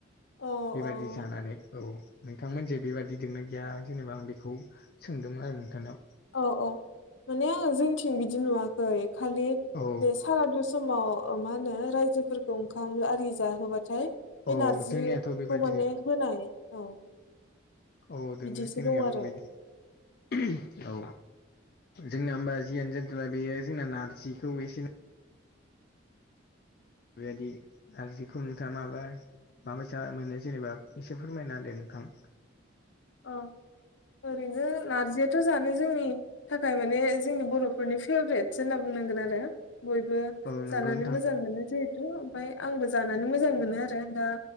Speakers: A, on the left (about 70°); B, on the left (about 50°).
A: औ अ
B: बेबायदि
A: अ
B: जानानै औ नोंथांमोन जे बेबादि लंनाय गैया जेनेबा आं बेखौ सोंदोंमोन आरो नोंथांनाव
A: औ औ माने आङो जोंथिं बिदि नुवाखै खालि
B: औ
A: बे सारादु समाव मा होनो रायजोफोरखौ ओंखाम आरि जाहोब्लाथाय बे
B: औ
A: नारजिखौ
B: जोंनियाथ' बेबायदिनो
A: माने होनाय औ
B: औ
A: बिदिसो
B: दोङो जोंनियाबो
A: दं आरो
B: बेबायदि औ जोंना होमबा जियानो जा जादोंला बेयो जोंना नारजिखौ एसे बेबायदि नारजिखौ नोंथाङा माबाय माबैसा मोनो जेनेबा एसे फोरमायना होदो नोंथां
A: अ ओरैनो नारजियाथ' जानो जोंनि थाखाय माने जोंनि बर'फोरनि फेभरेटसो होनना बुंनांगोन आरो बयबो
B: औ नंगौ
A: जानानै
B: नोंथां
A: मोजां मोनो जिहेथु ओमफ्राय आंबो जानानै मोजां मोनो आरो दा